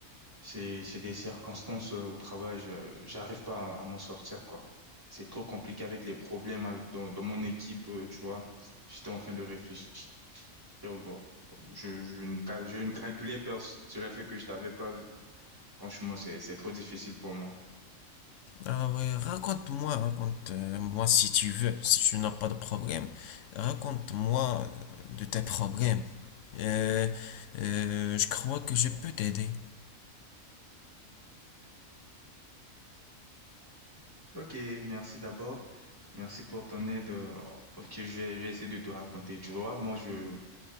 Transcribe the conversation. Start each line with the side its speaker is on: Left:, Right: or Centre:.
Right: c'est c'est des circonstances euh, au travail, je- j'arrive pas à, à m'en sortir quoi. C'est trop compliqué avec les problèmes avec- dans, dans mon équipe, euh, tu vois. J'étais en train de réfléchir. Bon, je, je ne, cal- je ne calculais personne. Cela fait que je t'avais pas vu. Franchement, c'est c'est trop difficile pour moi.
Left: Ah ouais, raconte-moi, raconte-moi si tu veux, si tu n'as pas de problème. Raconte-moi de tes problèmes. Euh, euh, je crois que je peux t'aider,
Right: Ok, merci d'abord. Merci pour ton aide. Euh, Ok, j'ai j'ai essayé de te raconter. Tu vois, moi je